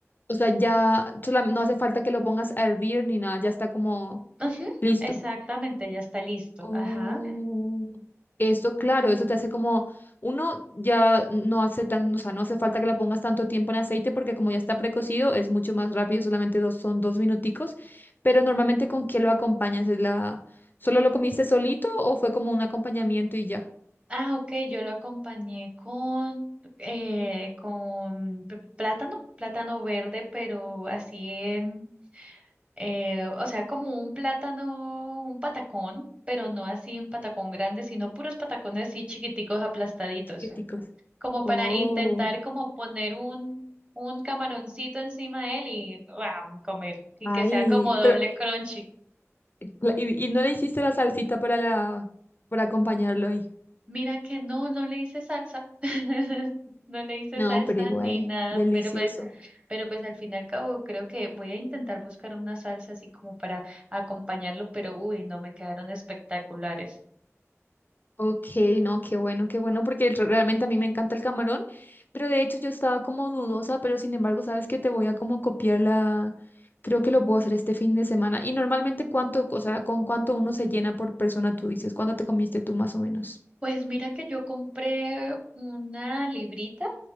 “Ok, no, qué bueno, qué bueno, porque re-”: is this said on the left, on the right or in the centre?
Left